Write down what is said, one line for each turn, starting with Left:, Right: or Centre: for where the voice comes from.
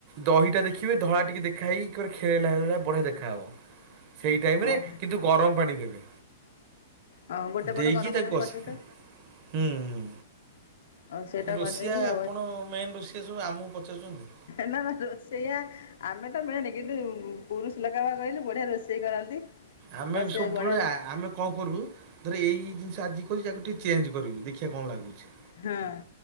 Right: ଦହିଟା ଦେଖିବେ ଧଳା ଟିକେ ଦେଖା ହେଇକି ଗୋଟେ ଖେଳେଇଲା ଭଳିଆ ବଢିଆ ଦେଖାହବ। ସେଇ ଟାଇମ୍ ରେ
Left: ଓହୋ
Right: କିନ୍ତୁ ଗରମ୍ ପାଣି ଦେବେ।
Left: ହଁ ଗୋଟେ ପଟେ
Right: ଦେଇକି
Left: ଗରମ
Right: ତାକୁ
Left: ପାଣି
Right: କଷିବେ।
Left: କରିଦେଇଥିବେ
Right: ହୁଁ -ହୁଁ।
Left: ଆଉ ସେଇଟା
Right: ରୋଷେୟା
Left: କରିଦେଇକିରି
Right: ଆପଣ ମେନ୍ ରୋଷେୟା ସବୁ ଆମକୁ ପଚାରୁଚନ୍ତି।
Left: ନା -ନା ରୋଷେୟା ଆମେ ତ ମେନ୍ କିନ୍ତୁ ପୁରୁଷ ଲୋକ ବା କହିଲି ବଢିଆ ରୋଷେଇ କରନ୍ତି।
Right: ଆମେ
Left: ବସେ
Right: ବି ସବୁବେଳେ
Left: ବଢ଼ିଆ
Right: ଆ- ଆମେ କଣ କରିବୁ ଧର ଏଇ ଜିନିଷ ଆଜି କରିଚି ତାକୁ ଟିକେ ଚେଞ୍ଜ କରିବି ଦେଖିଆ କଣ ଲାଗୁଚି।
Left: ହଁ।